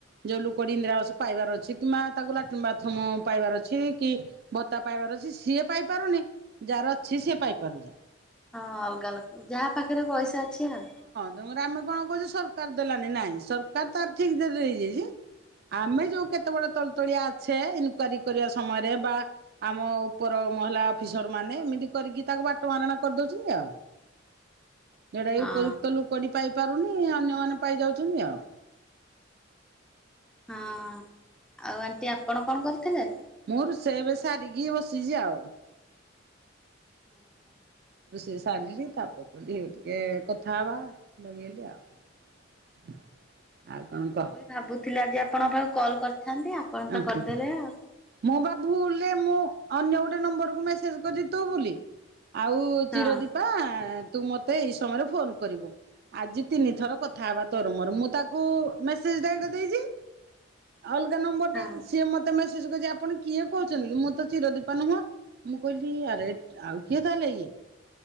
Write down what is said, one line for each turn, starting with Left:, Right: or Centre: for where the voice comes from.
Right: ଯୋଉ ଲୁକଟି ଇନ୍ଦିରାବାସ ପାଇବାର ଅଛି କିମ୍ବା ତାକୁ ଲାଟିନ୍ ବାଥରୁମ ପାଇବାର ଅଛି କି ଭତ୍ତା ପାଇବାର ଅଛି ସିଏ ପାଇପାରୁନି ଯାହାର ଅଛି ସିଏ ପାଇପାରୁଛି।
Centre: ହଁ ଅଲଗା ଲୋକ ଯାହା ପାଖରେ ପଇସା ଅଛି ଆଉ।
Right: ତମର ଆମେ କଣ କହୁଛେ ସରକାର ଦେଲାନି ନାଇଁ ସରକାର ତାର ଠିକ ଦେ ଦେଇଛି। ଆମେ ଯୋଉ କେତେଗୁଡ଼େ ତଳ ତଳିଆ ଆଛେ ଇନକ୍ୱାରି କରିବା ସମୟରେ ବା ଆମ ଉପର ମହଲା ଅଫିସ ର ମାନେ ଏମିତି କରିକି ତାକୁ ବାଟ ମାରଣା କରିଦଉଛନ୍ତି ଆଉ। ଯୋଉଟା କି
Centre: ହଁ
Right: ଉପଯୁକ୍ତ ଲୋକ କଡ଼ି ପାଇପାରୁନି ଅନ୍ୟମାନେ ପାଇ ଯାଉଛନ୍ତି ଆଉ।
Centre: ହଁ ଆଉ ଆଣ୍ଟି ଆପଣ କଣ କରିଥିଲେ?
Right: ମୁଁ ରୋଷେଇ ଏବେ ସାରିକି ବସିଚି ଆଉ।
Centre: ଅ ହୋ।
Right: ରୋଷେଇ ସାରିଲି ତାପରେ <unintelligible> ହେଇଗଲି। ଟିକେ କଥା ହବା ଲଗେଇଲି ଆଉ ଆଉ କଣ କହ।
Centre: ମୁଁ ବି ଭାବୁଥିଲି ଆଜି ଆପଣଙ୍କ ପାଖକୁ କଲ୍ କରିଥାନ୍ତି ଆପଣ
Right: କହ?
Centre: ତ କରିଦେଲେ ଆଉ।
Right: ମୁଁ ବା ଭୁଲ ରେ ମୁଁ ଅନ୍ୟ ଗୋଟେ ନମ୍ବରକୁ ମେସେଜ କରି ତୁ ବୋଲି ଆଉ ଚିରଦୀପା
Centre: ହଁ
Right: ତୁ ମୋତେ ଏହି ସମୟରେ ଫୋନ କରିବୁ। ଆଜି ତିନି ଥର କଥା ହେବା ତୋର ମୋର ମୁଁ ତାକୁ ମେସେଜ ଟା ଏଇଟା ଦେଇଚି। ଅଲଗା ନମ୍ବର
Centre: ହଁ
Right: ଟା ସିଏ ମତେ ମେସେଜ କରିଚି ଆପଣ କିଏ କହୁଚନ୍ତି ମୁଁ ତ ଚିରଦୀପା ନୁହଁ। ମୁଁ କହିଲି ଆରେ ଆଉ କିଏ ତାହେଲେ ଇଏ।